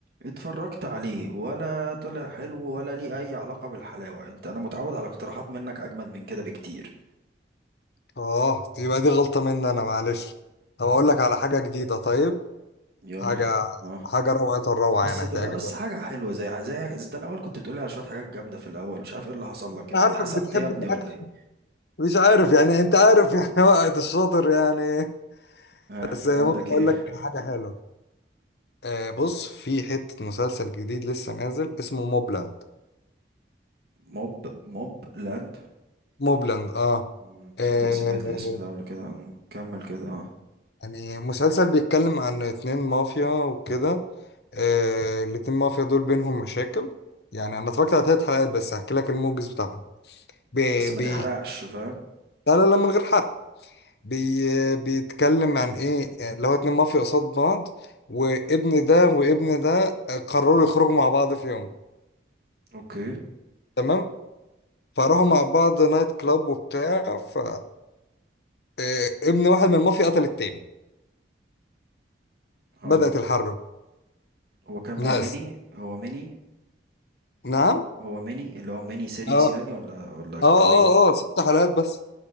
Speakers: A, on the right; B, on the left.
A: اتفرجت عليه ولا طلع حلو ولا ليه اي علاقة بالحلاوة انت انا متعود على اقتراحات منك اجمد من كده بكتير
B: اه دي يبقى دي غلطة مني انا معلش طب اقول لك على حاجة جديدة طيب
A: يلا
B: حاجة
A: اه
B: حاجة روعة الروعة
A: بس
B: يعني هتعجبك
A: بقى بس حاجة حلوة زي زي انت الاول كنت بتقولي على شوية حاجات جامدة في الاول مش عارف ايه اللي حصل
B: انا
A: لك يا ابني.
B: عارفك
A: حسدت
B: بتحب
A: يا ابني
B: الاكل
A: ولا ايه
B: مش عارف يعني انت عارف يعني <laughs> وقت الشاطر يعني
A: ها
B: بس ممكن
A: عندك
B: اقول
A: ايه
B: لك حاجة حلوة آه بص في حتة مسلسل جديد لسه نازل اسمه موبلاند
A: موب موب لاند
B: موبلاند اه,
A: مم، تصدق
B: آه
A: سمعت الاسم ده قبل كده مم، كمل كده اه
B: يعني مسلسل بيتكلم عن اتنين مافيا وكده آه الاتنين مافيا دول بينهم مشاكل يعني انا اتفرجت على ثلاث حلقات بس هحكي لك الموجز بتاعهم بي
A: بس
B: بي
A: ما تحرقش فاهم
B: لا لا لا من غير حرق بي بيتكلم عن ايه يعني اللي هو اتنين مافيا قصاد بعض وابن ده وابن ده قرروا يخرجوا مع بعض في يوم
A: اوكي
B: تمام فراحوا مع بعض نايت كلاب وبتاع ف إيه، ابن واحد من المافيا قتل التاني
A: اه
B: بدأت الحرب
A: هو كام
B: ناس
A: هو ميني هو ميني
B: نعم
A: هو ميني اللي هو ميني سيريس
B: اه اه
A: يعني ولا ولا
B: اه
A: طويل
B: اه ست حلقات بس